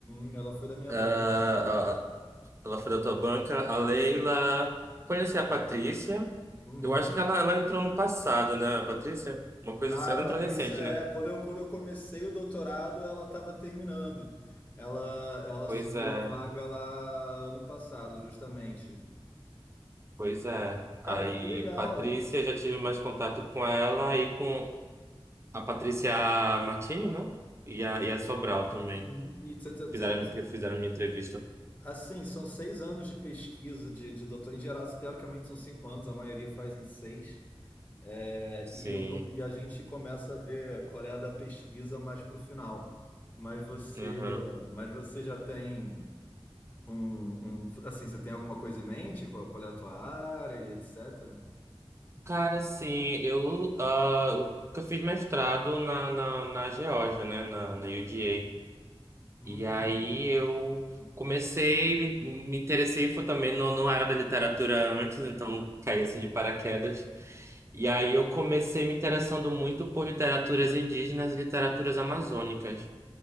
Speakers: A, on the left; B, on the right.
A: uhum. Ela foi da minha
B: Ah,
A: banca.
B: ah, ela foi da tua banca. A Leila, conheci a Patrícia.
A: Uhum.
B: Eu acho que ela, ela entrou no passado, né, a Patrícia? Uma coisa
A: Ah,
B: assim, ela
A: a Patrícia
B: entrou recente,
A: é.
B: né?
A: Quando eu, quando eu comecei o doutorado, ela estava terminando. Ela, ela assumiu
B: Pois é,
A: a vaga lá no passado, justamente.
B: pois é. Aí,
A: Cara, que legal.
B: Patrícia, já tive mais contato com ela e com a Patrícia Martini, não? E a, e a Sobral também.
A: Uhum. E tê, tê, tê,
B: Fizeram, que fizeram minha entrevista.
A: Assim, são seis anos de pesquisa de, de doutor. Em geral, teoricamente são cinco anos, a maioria faz em seis. É,
B: Sim.
A: e, eu não- e a gente começa a ver qual é a da pesquisa mais para o final. Mas você,
B: Aham.
A: mas você já tem um, um- Assim, você tem alguma coisa em mente? Qual, qual é a tua área e etc?
B: Cara, sim, eu, ah, eu eu fiz mestrado na, na, na Geórgia, né, na, na UGA.
A: Hum,
B: E aí eu comecei, me, me interessei, foi também, não, não era da literatura antes, então caí assim de paraquedas. E aí eu comecei me interessando muito por literaturas indígenas e literaturas amazônicas.